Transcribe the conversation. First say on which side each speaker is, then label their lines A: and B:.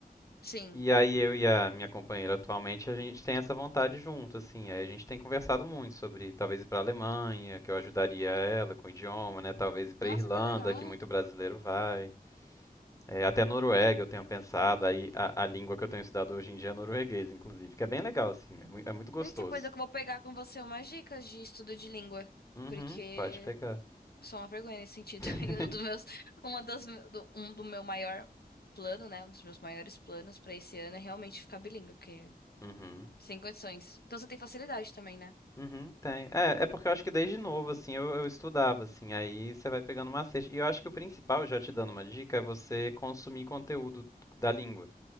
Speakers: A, on the left (about 75°); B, on the left (about 20°).
A: Sim.
B: E aí eu e a minha companheira atualmente, a gente tem essa vontade junto, assim. Aí a gente tem conversado muito sobre talvez ir pra Alemanha, que eu ajudaria ela com o idioma, né? Talvez ir pra
A: Nossa,
B: Irlanda,
A: que legal.
B: que muito brasileiro vai. É, até Noruega eu tenho pensado, aí a, a língua que eu tenho estudado hoje em dia é norueguês, inclusive, que é bem legal, assim, é, mui- é muito gostoso.
A: E depois eu vou pegar com você umas dicas de estudo de língua.
B: Uhum,
A: Porque
B: pode pegar.
A: sou uma vergonha nesse sentido.
B: <laughs>
A: <laughs> E um dos meus, uma das, do- um do meu maior plano, né? Um dos meus maiores planos pra esse ano é realmente ficar bilíngue, porque
B: Uhum,
A: sem condições. Então você tem facilidade também, né?
B: uhum, tenho. É, é porque eu acho que desde novo, assim, eu, eu estudava, assim, aí você vai pegando macete. E eu acho que o principal, já te dando uma dica, é você consumir conteúdo da língua.